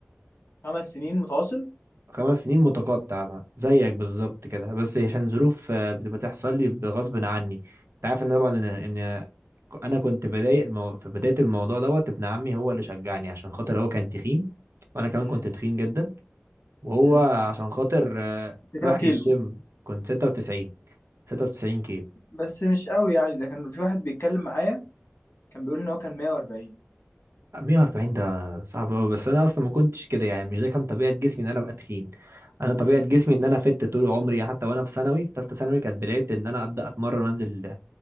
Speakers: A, on the left (about 60°); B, on the right (about 65°).
A: خمس سنين متواصل
B: خمس سنين متقطع بقى، زيك بالظبط كده بس عشان ظروف آه، بتبقى تحصل لي بغصب عني انت عارف ان طبعا ان ان انا كنت بداية المو... في بداية الموضوع دوت ابن عمي هو اللي شجعني عشان خاطر هو كان تخين وانا كمان
A: امم
B: كنت تخين جدا وهو
A: امم
B: عشان خاطر آه،
A: كنت
B: راح
A: كام كيلو
B: الجيم كنت 96 96 كيلو
A: بس مش قوي يعني ده كان في واحد بيتكلم معايا كان بيقول ان هو كان 140
B: 140 ده صعب قوي بس انا اصلا ما كنتش كده يعني مش ده كان طبيعة جسمي ان انا ابقى تخين انا طبيعه
A: امم
B: جسمي ان انا فت طول عمري حتى وانا في ثانوي ثالثه ثانوي كانت بدايه ان انا ابدا اتمرن وانزل